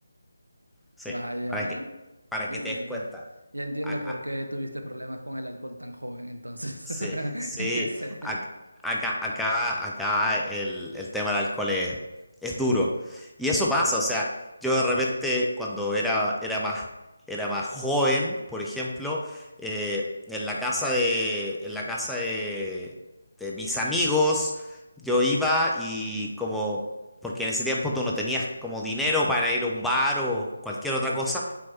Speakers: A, in the centre; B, on the right (about 75°).
A: Sí,
B: vaya.
A: para que, para
B: Ya,
A: que te
B: ya-
A: des cuenta.
B: ya entiendo
A: A- a-
B: por qué tuviste problemas con el alcohol tan joven, entonces.
A: Sí,
B: <laughs>
A: sí.
B: Ya sé.
A: Ac- Acá, acá, acá, el, el tema del alcohol es, es duro. Y eso
B: Mm,
A: pasa, o sea, yo de repente cuando era, era más, era más joven, por ejemplo, eh, en la casa de, en la casa de, de mis amigos, yo iba y como, porque en ese tiempo tú no tenías como dinero para ir a un bar o cualquier otra cosa.